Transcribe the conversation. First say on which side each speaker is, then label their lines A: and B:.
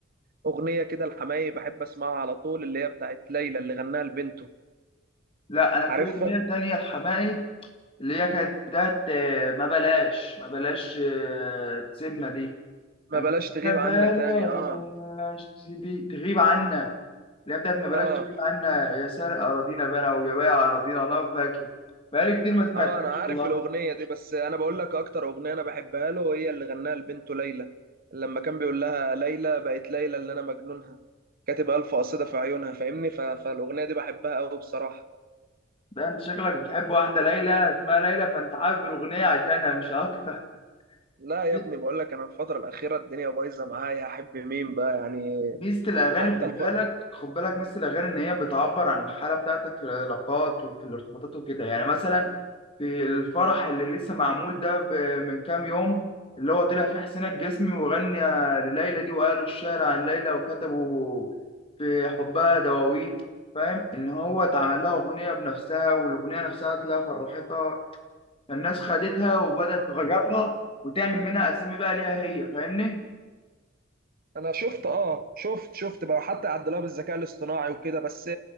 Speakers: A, on the right; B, on the left.
A: اغنيه كده لحماقي بحب اسمعها على طول اللي هي بتاعت ليلى اللي غناها لبنته
B: لا انا
A: عارفها
B: في اغنيه تانية لحماقي اللي هي كانت بتاعت آه، ما بلاش ما بلاش آه، تسيبنا دي
A: ما
B: كانت
A: بلاش تغيب
B: ما بلاش
A: عنا تاني اه
B: تبي تغيب عنا اللي هي بتاعت ما بلاش
A: اه
B: تغيب عنا يا سارق أراضينا بنا ويا بايع أراضينا والله ما فاكر بقالي كتير ما سمعتهاش
A: اه انا عارف
B: والله
A: الاغنيه دي بس انا بقول لك اكتر اغنيه انا بحبها له هي اللي غناها لبنته ليلى لما كان بيقول لها ليلى بقت ليلى اللي انا مجنونها كاتب الف قصيده في عيونها فاهمني ف... فالاغنيه دي بحبها قوي بصراحه
B: ده انت شكلك بتحب واحدة ليلى اسمها ليلى فانت حابب الأغنية عشانها مش أكتر
A: لا يا
B: <laughs>
A: ابني بقول لك انا الفتره الاخيره الدنيا بايظه معايا احب مين بقى يعني
B: ميزة الأغاني
A: حتى
B: خد
A: الف...
B: بالك خد بالك ميزة الأغاني إن هي بتعبر عن الحالة بتاعتك في العلاقات وفي الارتباطات وكده يعني مثلا في الفرح اللي لسه معمول ده ب- من كام يوم اللي هو طلع فيه حسين الجسمي وغنى لليلى دي وقالوا الشعر عن ليلى وكتبوا في حبها دواوين فاهم إن هو اتعمل لها أغنية بنفسها والأغنية نفسها تلاقيها فرحتها فالناس خدتها وبدأت تغيرها وتعمل منها أسامي بقى ليها هي فاهمني؟
A: انا شفت اه شفت شفت بقى حتى عدلوها بالذكاء الاصطناعي وكده بس